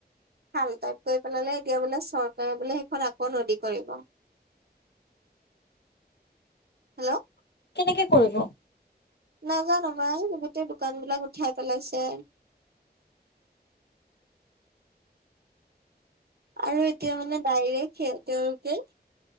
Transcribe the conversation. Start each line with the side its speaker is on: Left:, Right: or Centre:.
Right: খাল টাইপ কৰি পেলালে, এতিয়া বোলে চৰকাৰে বোলে সেইখন আকৌ নদী কৰিব।
Left: <inaudible>
Right: হেল্ল'
Left: কেনেকে কৰিব,
Right: নাজানো পাই গোটেই দোকান বিলাক উঠাই পেলাইছে। আৰু এতিয়া মানে ডাইৰেক্ট তেওঁলোকে